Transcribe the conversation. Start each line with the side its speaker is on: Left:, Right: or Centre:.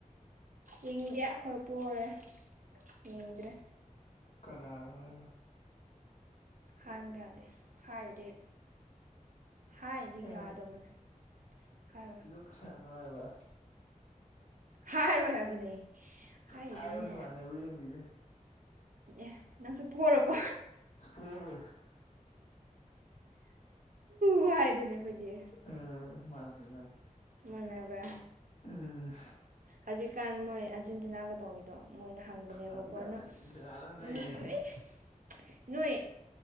Right: ꯌꯦꯡꯗꯦ ꯑꯩꯈꯣꯏ ꯄꯣꯔꯦ ꯌꯦꯡꯗ꯭ꯔꯦ
Left: <inaudible> ꯀꯅꯅꯣ ꯅꯪꯅ
Right: ꯍꯥꯏꯕ ꯌꯗꯦ <unintelligible> ꯍꯥꯏꯔꯤꯗꯤ
Left: ꯑꯦ
Right: ꯌꯥꯗꯕꯅꯦ <unintelligible>
Left: <unintelligible>
Right: ꯍꯥꯏꯔꯔꯣꯏ ꯍꯥꯏꯕꯅꯦ ꯍꯥꯏꯔꯗꯤꯅꯦ
Left: ꯍꯥꯏꯕꯅꯦ ꯃꯥꯟꯅꯕ꯭ꯔꯥ ꯌꯦꯡꯁꯤꯅꯦ
Right: ꯑꯦ ꯅꯪꯁꯨ ꯄꯨꯈꯣꯔꯕꯣ
Left: <unintelligible>
Right: ꯋꯥꯏꯗꯨꯅꯦ ꯑꯩꯈꯣꯏꯒꯤ
Left: ꯎꯝ ꯃꯅꯦ ꯃꯅꯦ
Right: ꯃꯅꯕ꯭ꯔꯥ
Left: ꯎꯝ
Right: ꯑꯖꯤꯛ ꯀꯥꯟ ꯃꯣꯏ ꯑꯔꯖꯦꯟꯇꯤꯅ ꯇꯧꯋꯤꯗꯣ ꯃꯣꯏꯅ ꯍꯪꯕꯅꯦꯕꯀꯣ
Left: ꯍꯧꯖꯤꯛꯀꯥꯟ ꯑꯥꯔꯖꯦꯟꯇꯤꯅꯥꯅ ꯅꯩꯔꯦ
Right: <unintelligible> ꯅꯣꯏ